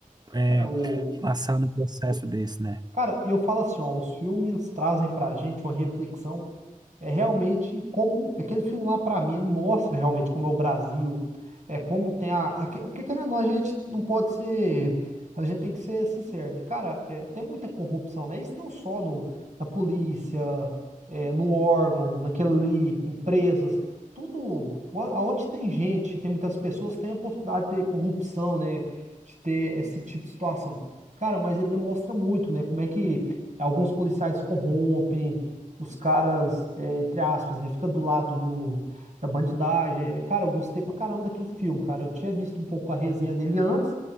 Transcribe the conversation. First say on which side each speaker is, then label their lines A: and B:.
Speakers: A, on the right (about 30°); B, on the right (about 60°).
A: é,
B: É o.
A: passar no processo desse, né.
B: Cara, e eu falo assim, ó, os filmes trazem pra gente uma reflexão é realmente como aquele filme lá pra mim, ele mostra realmente como é o Brasil, é como tem a, aque- porque querendo ou não, a gente não pode ser, a gente tem que ser sincero, né? Cara, é, tem muita corrupção, né? Isso não só no, na polícia, é, no órgão, naquele ali, empresas, tudo, aonde tem gente, tem muitas pessoas, tem a possibilidade de ter corrupção, né? De ter esse tipo de situação. Cara, mas ele demonstra muito, né? Como é que alguns policiais corrompem, os caras entre aspas, né? Fica do lado do, da bandidagem. É, Cara, eu gostei pra caramba daquele filme, cara. Eu tinha visto um pouco a resenha dele antes,